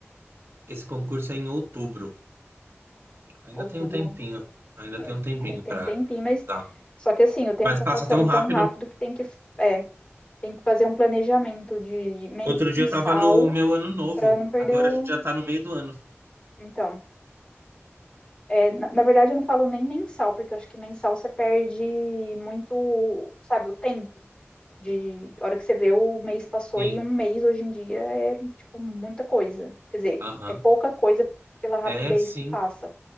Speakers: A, on the right; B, on the left.
A: esse concurso é em outubro. Ainda
B: Outubro.
A: tem um tempinho. Ainda
B: É,
A: tem um tempinho
B: tem, tem
A: para
B: um tempinho, mas
A: estudar.
B: só que assim, o tempo
A: Mas
B: tá
A: passa
B: passando
A: tão rápido.
B: tão rápido que tem que, é, tem que fazer um planejamento de
A: Outro dia
B: mensal
A: eu tava no meu ano novo.
B: para não perder
A: Agora
B: o.
A: a gente já tá no meio do ano.
B: Então, é, na, na verdade eu não falo nem mensal, porque eu acho que mensal você perde muito, sabe, o tempo. De a hora que você vê o mês passou
A: Sim.
B: e um mês hoje em dia é tipo muita coisa. Quer dizer,
A: Aham.
B: é pouca coisa pela rapidez
A: É, sim.
B: que passa.